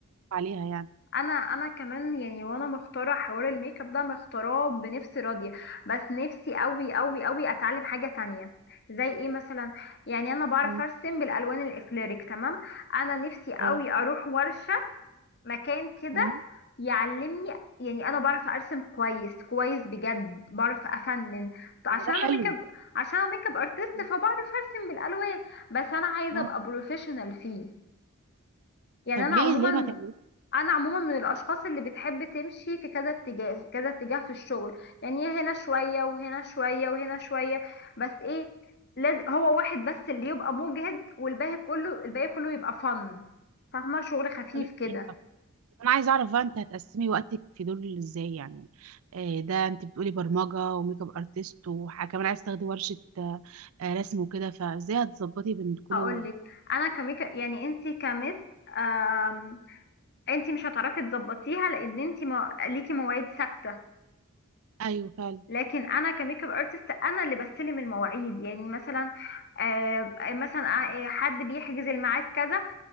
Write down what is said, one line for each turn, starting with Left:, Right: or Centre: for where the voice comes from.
Right: عليها يعني
Left: انا انا كمان يعني وانا مختاره حوار الميك اب ده مختاراه بنفسي راضيه بس نفسي قوي قوي قوي اتعلم حاجه تانية زي ايه مثلا يعني انا بعرف
Right: مم.
Left: ارسم بالالوان الاكليريك تمام انا نفسي قوي
Right: اه
Left: اروح ورشه مكان كده
Right: مم.
Left: يعلمني يعني انا بعرف ارسم كويس كويس بجد بعرف افنن عشان
Right: طب ما ده حلو
Left: انا ميك اب عشان انا ميك اب ارتست
Right: مم.
Left: فبعرف ارسم بالالوان بس انا عايزه
Right: اه
Left: ابقى بروفيشنال فيه يعني
Right: طب
Left: انا
Right: ليه
Left: عموما
Right: ليه ما تعمليش
Left: انا عموما من الاشخاص اللي بتحب تمشي في كذا اتجاه كذا اتجاه في الشغل يعني هنا شوية وهنا شوية وهنا شوية بس ايه لازم هو واحد بس اللي يبقى مجهد والباقي كله الباقي كله يبقى فن فاهمة شغل خفيف
Right: طب إنتي-
Left: كده
Right: طب انا عايزه اعرف بقى انت هتقسمي وقتك في دول ازاي يعني آه، ده انت بتقولي برمجه وميك اب ارتست وحاجه كمان عايز تاخدي ورشه آه، آه، رسم وكده فازاي هتظبطي بين كل
Left: هقولك
Right: دول
Left: انا كميكا يعني انتي كمس آم... انتي مش هتعرفي تظبطيها لان انتي مو... ليكي مواعيد ثابتة
Right: ايوه فعلا
Left: لكن انا كميك اب ارتست انا اللي بستلم المواعيد يعني مثلا آه مثلا آه، حد بيحجز الميعاد كذا